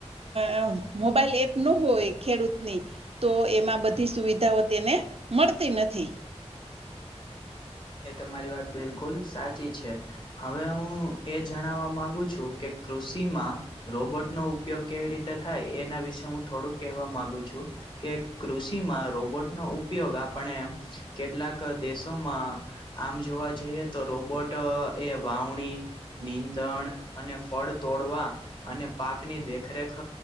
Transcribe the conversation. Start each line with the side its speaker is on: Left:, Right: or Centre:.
Right: અ મોબાઈલ એપ નો હોય ખેડૂતની તો એમાં બધી સુવિધાઓ તેને મળતી નથી.
Left: એ તમારી વાત બિલકુલ સાચી છે. હવે હું એ જણાવા માંગુ છું કે કૃષિમાં રોબોટ નો ઉપયોગ કેવી રીતે એના વિશે હું થોડુંક કહેવા માંગુ છું. કે કૃષિમાં રોબોટ નો ઉપયોગ આપણે કેટલાક દેશોમાં આમ જોવા જઈએ તો રોબોટ એ વાવણી નીંદણ અને ફળ તોડવા અને પાકની દેખરેખ